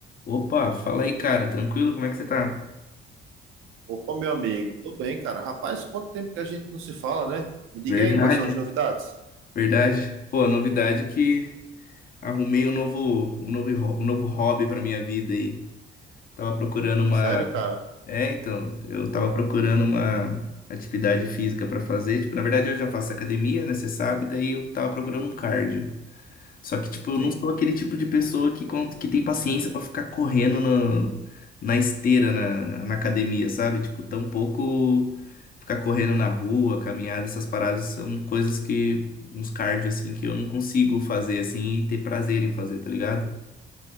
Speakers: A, on the left (about 45°); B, on the right (about 85°).
A: Opa, fala aí, cara. Tranquilo? Como é que você tá?
B: Opa, meu amigo, tô bem, cara. Rapaz, quanto tempo que a gente não se fala, né? Me diga
A: Verdade,
B: aí quais são as novidades.
A: verdade. Pô, novidade que arrumei um novo, um novo, ho- um novo hobby pra minha vida aí. Tava procurando uma.
B: Sério, cara?
A: É, então, eu tava procurando uma atividade física pra fazer. Tipo, na verdade eu já faço academia, né? Você sabe, daí eu tava procurando um cardio. Só que, tipo, eu
B: Sim,
A: não sou aquele tipo de pessoa que, con- que tem paciência pra ficar correndo na, na esteira, na, na, na academia, sabe? Tipo, tampouco ficar correndo na rua, caminhada, essas paradas são coisas que, uns cardio, assim, que eu não consigo fazer, assim, e ter prazer em fazer, tá ligado?